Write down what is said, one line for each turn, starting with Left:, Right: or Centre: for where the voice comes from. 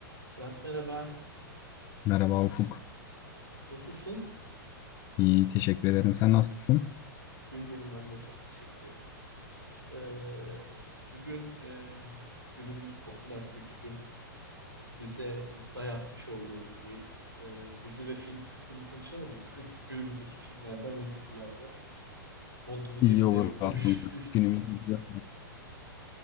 Right: Fırat merhaba,
Left: Merhaba Ufuk.
Right: nasılsın?
Left: İyi, teşekkür ederim. Sen nasılsın?
Right: İyiyim ben de çok teşekkür ederim. Ee, bugün e, günümüz popüler kültürün bize dayatmış olduğu dediğim e, dizi ve film kültürünü konuşalım mı? <laughs> Günümüzdeki filmlerden ve dizilerden. Montumu
Left: İyi
Right: cebinde
Left: olur
Right: yok kuruş.
Left: aslında. Günümüz dizi-